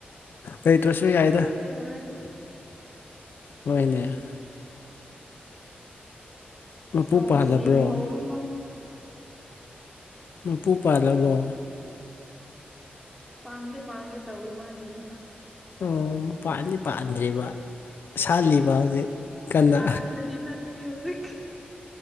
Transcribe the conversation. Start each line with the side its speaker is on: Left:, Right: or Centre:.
Left: ꯂꯩꯇ꯭ꯔꯁꯨ ꯌꯥꯏꯗ
Centre: ꯑꯩ ꯍꯧꯔꯦꯟ
Left: ꯍꯣꯏꯅꯦ ꯃꯄꯨ
Centre: ꯆꯥꯟ꯭ꯁ
Left: ꯄꯥꯜꯂꯕ꯭ꯔꯣ
Centre: ꯌꯦꯡꯍꯧꯔꯣ ꯅꯪ
Left: ꯃꯄꯨ ꯄꯥꯜꯂꯕꯣ
Centre: ꯄꯥꯡꯒꯦ ꯄꯥꯡꯒꯦ ꯇꯧꯋꯦ ꯃꯥꯒꯤꯅ
Left: ꯑꯣ ꯄꯥꯟꯗꯤ ꯄꯥꯟꯗ꯭ꯔꯤꯕ ꯁꯥꯠꯜꯂꯤꯕ ꯍꯧꯖꯤꯛ ꯀꯟꯅ
Centre: ꯄꯥꯟꯕꯗꯤ ꯅꯠꯇ꯭ꯔꯤ ꯍꯧꯖꯤꯛ